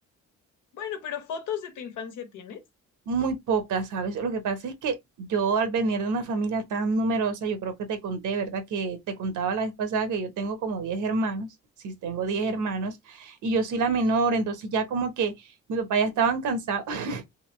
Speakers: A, on the left; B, on the right.
A: Bueno, pero fotos de tu infancia tienes?
B: Muy pocas, ¿sabes? Lo que pasa es que yo al venir de una familia tan numerosa, yo creo que te conté, ¿verdad? Que te contaba la vez pasada que yo tengo como 10 hermanos, sí, tengo
A: Sí.
B: 10 hermanos, y yo soy la menor, entonces ya como que mi papá ya estaban cansados, <laughs>